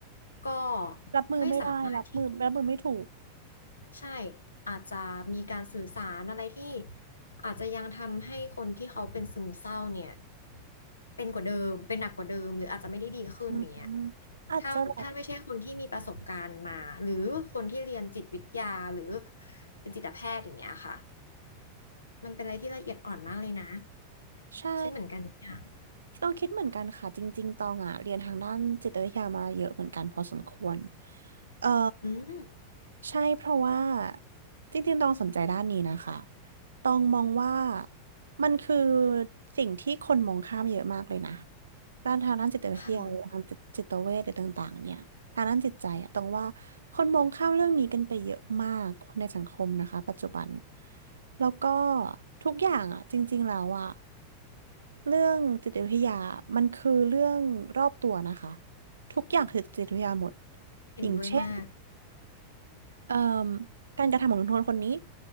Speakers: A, on the left; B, on the right.
A: ก็
B: รับมือไม่ได้รับมือรับมือไม่ถูก
A: ไม่สามารถที่ ใช่อาจจะมีการสื่อสารอะไรที่อาจจะยังทำให้คนที่เขาเป็นซึมเศร้าเนี่ยเป็นกว่าเดิมเป็นหนักกว่าเดิมหรืออาจจะไม่ได้ดีขึ้นอย่างเนี้ย
B: อืมอาจจะแบบ
A: ถ้าถ้าไม่ใช่คนที่มีประสบการณ์มาหรือคนที่เรียนจิตวิทยาหรือเป็นจิตแพทย์อย่างเงี้ยค่ะมันเป็นอะไรที่ละเอียดอ่อนมากเลยนะ
B: ใช่
A: คิดเหมือนกันเนี่ย
B: ต้องคิดเหมือนกันค่ะจริงๆตองอ่ะเรียนทางด้านจิตวิทยามาเยอะเหมือนกันพอสมควรเอ่อ
A: อืม
B: ใช่เพราะว่าจริงๆตองสนใจด้านนี้นะคะตองมองว่ามันคือสิ่งที่คนมองข้ามเยอะมากเลยนะด้านทางด้านจิตวิทยาหรือทางจิตจิตเวชหรือต่างๆเนี่ยทางด้านจิตใจอะตองว่าคนมองข้ามเรื่องนี้กันไปเยอะมากในสังคมนะคะปัจจุบัน
A: ค่ะ
B: แล้วก็ทุกอย่างอ่ะจริงๆแล้วอ่ะ เรื่องจิตวิทยามันคือเรื่องรอบตัวนะคะ ทุกอย่างคือจิตวิทยาหมด
A: เห็นด้วยมาก
B: อย่างเช่นเอ่อการกระทำของคนคนนี้